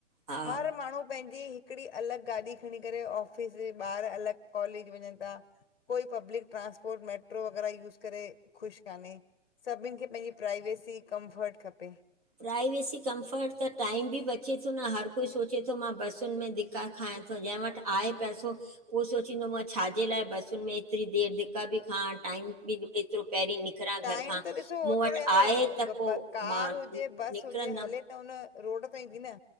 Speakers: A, on the right (about 30°); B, on the left (about 50°).
A: हा
B: हर माण्हू पंहिंजी हिकिड़ी, अलॻि गाॾी खणी करे ऑफिस, जे ॿार अलॻि कॉलेज वञ था कोई पब्लिक ट्रांसपोर्ट मेट्रो वग़ैरह यूस करे ख़ुश कान्हे। सभिन खे पंहिंजी प्राइवेसी कमफट खपे।
A: प्राइवेसी कमफर्ट त टाइम बि बचे थो न हर कोई सोचे थो मां बसियुनि में धिका खायां त जंहिं वटि आहे पैसो, उहो सोचींदो मां छाजे लाइ बसियुनि में एतिरी देरि धिका बि खाण टाइम बि एतिरो पहिरीं निकिरा
B: टाइम
A: घर खां,
B: त ॾिसो
A: मूं
B: ओतिरो
A: वटि
B: या न
A: आहे त पो
B: कार
A: मां
B: हुजे बस
A: निकिरंदमि
B: हूजे हले त उन रोड ते ईंदी न,